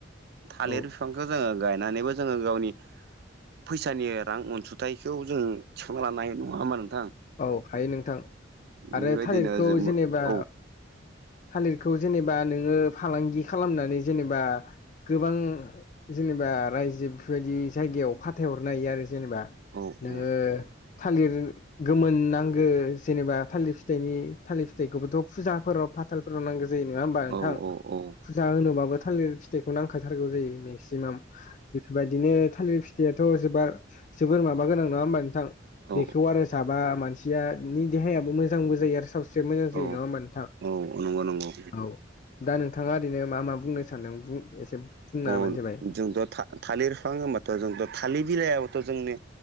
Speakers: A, on the right; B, on the left.
A: थालिर
B: औ
A: बिफांखो जोङो गायनानैबो जोङो गावनि फैसानि रां उनसुथाइखौ जों थिखांना लानो हायो नङा होमबा नोंथां?
B: औ हायो नोंथां आरो
A: बेबायदिनो
B: थालिरखौ
A: जों औ
B: जेनेबा थालिरखौ जेनेबा नोङो फालांगि खालामनानै जेनेबा गोबां जेनेबा रायजो बेफोरबायदि जायगायाव फाथायहरनो हायो आरो जेनेबा।
A: औ
B: नोङो
A: औ
B: थालिर गोमोन नांगो जेनेबा थालिर फिथाइनि थालिर फिथाइखौबोथ' फुजाफोराव फाथाल फोराव नांगौ जायो नोङा होमबा नोंथां
A: औ औ औ
B: फुजा होनोबाबो थालिर फिथाइखौ नांखाथारगौ जायो। मेक्सिमाम बेफोरबायदिनो थालिर फिथाइाथ' जोबार जोबोर माबा गोनां नङा होमबा नोंथां
A: औ
B: बेखौ आरो बा मानसिया नि देहायाबो मोजांबो जायो आरो सावस्रि एसे मोजां जायो
A: औ
B: नंआ होमबा नोंथां
A: औ नंगौ नंगौ
B: औ। दा नोंथाङा ओरैनो मा मा बुंनो सान्दों बुं एसे। बुंना
A: अ
B: होबानो जाबाय
A: जोंथ' था थालिर फिफां होनबाथ' जोंनि थालिर बिलाइाबथ' जोंनि